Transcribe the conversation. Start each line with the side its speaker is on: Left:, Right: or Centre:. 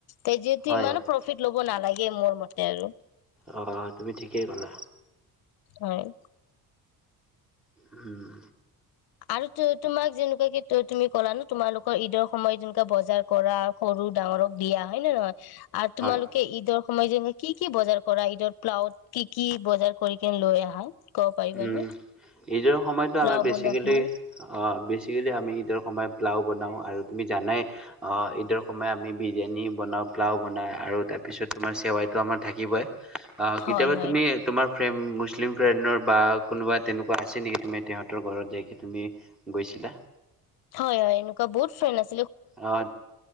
Left: তেজেতো
Centre: হয়
Left: ইমানো
Centre: হয়
Left: প্ৰফিট ল'ব নালাগে গে মোৰ মতে আৰু
Centre: অ তুমি ঠিকেই ক'লা
Left: হয়
Centre: উম
Left: আৰু তো তোমাক যেনেকুৱাকে কি তুমি ক'লা ন তোমালোকৰ ঈদৰ সময়ত যেনেকোৱা বজাৰ কৰা সৰু ডাঙৰক দিয়া হয় নে নহয় আৰু
Centre: হয়
Left: তোমালোকে ঈদৰ সময়ত যে কি কি বজাৰ কৰা ঈদৰ প্লাউত কি কি বজাৰ কৰি কিনে লৈ আহা ক'ব পাৰিবানে
Centre: উম ঈদৰ সময়তো
Left: প্লাও
Centre: আমি বেছিকে
Left: বনোৱা
Centre: অ
Left: সময়ত
Centre: বিছ বেছিকেলি আমি ঈদৰ সময়ত প্লাও বনাওঁ আৰু তুমি জানাই ঈদৰ সময়ত আমি বিৰিয়ানী বনাওঁ প্লাও বনাওঁ আৰু তাৰপিছত তোমাৰ চেৱাইটো আমাৰ থাকিবই অ কেতিয়াবা
Left: হয় হয়
Centre: তুমি তোমাৰ ফ্ৰেম মুছলিম ফ্ৰেণ্ডৰ বা কোনোবা তেনেকোৱা আছে নেকি তুমি তেহঁতৰ ঘৰত যাই কিনি গৈছিলা
Left: হয় হয় এনেকোৱা বহুত ফ্ৰেণ্ড আছে
Centre: অ